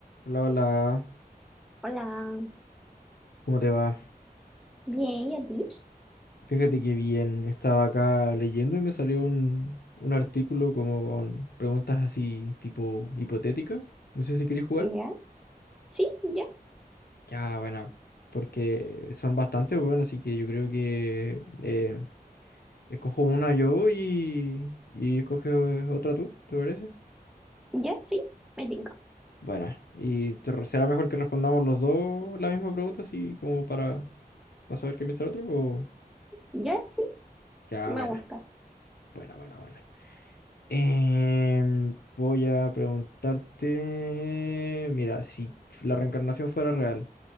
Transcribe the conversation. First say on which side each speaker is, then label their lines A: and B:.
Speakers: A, on the left; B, in the centre.
A: Hola, hola,
B: Hola,
A: ¿cómo te va?
B: bien, ¿y a ti?
A: Fíjate que bien, estaba acá leyendo y me salió un, un artículo como con preguntas así tipo hipotética. No sé si queréis jugar.
B: ¿Ya? Sí, ya,
A: Ya, bueno, porque son bastante buenas, así que yo creo que eh, escojo una yo y, y escoges otra tú, ¿te parece?
B: ya, sí, me tinca.
A: Bueno, y te- re- será mejor que respondamos los dos la misma pregunta, así como para, para saber qué piensa el otro, o...
B: Ya, sí,
A: Ya,
B: me
A: buena,
B: gusta.
A: buena, buena, buena. Em, voy a preguntarte, mira, si la reencarnación fuera real,